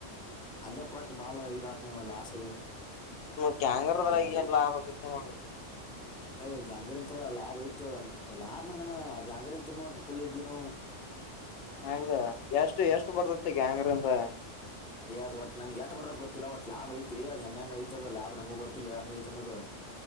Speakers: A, in the centre; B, on the left.
A: ಅಲ್ಲೇ ಕೊಟ್ಟ ಬಾಳ ಇದಾತ್ ನೀವು ಲಾಸ್
B: ಹ್ಮ ಗ್ಯಾಂಗರ್ ಅದ್ರ
A: ಗ್ಯಾಂಗರಿ
B: ಐಗನ್ ಲಾ <unintelligible>
A: ಏ ಗ್ಯಾಂಗರಿಂತರ ಲಾಭ ಇಯ್ತ ಲಾಭ ಮಗನ ಗ್ಯಾಂಗರಿ <unintelligible> ಪುಳ್ಳಿಿದ್ದಿನು
B: ಹಂಗ ಎಷ್ಟು ಎಷ್ಟು ಬರ್ತತಿಗ ಗ್ಯಾಂಗರ್ ಇಂದ
A: ಯ ಒಟ್ ನನ್ಗೆ ಎಟ ಬರದ ಗೊತ್ತಿಲ್ಲ ಒಟ್ ಲಾಬ್ ಐತಿ ಹೆಂಗ ಹೆಂಗ ಐತೋ ಲಾಭ ಹಂಗ ಗೊತ್ತಿಲ್ಲಲ್ಲ ಹಂಗ ಐತ ಅನ್ನೋದು